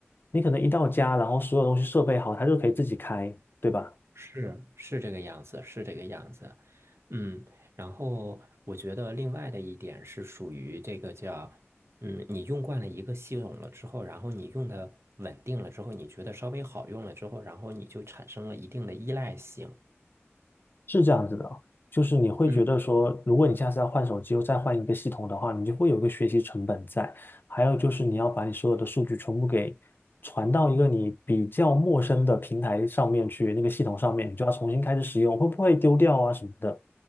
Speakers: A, on the left; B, on the right.
A: 你可能一到家，然后所有东西设备好，它就可以自己开，对吧？
B: 是是这个样子，是这个样子，嗯，然后我觉得另外的一点是属于这个叫，嗯，你用惯了一个系统了之后，然后你用的稳定了之后，你觉得稍微好用了之后，然后你就产生了一定的依赖性，
A: 是这样子的哦，就是你会觉得说，
B: 嗯。
A: 如果你下次要换手机又再换一个系统的话，你就会有一个学习成本在。还有就是你要把你所有的数据全部给传到一个你比较陌生的平台上面去，那个系统上面，你就要重新开始使用，会不会丢掉啊什么的？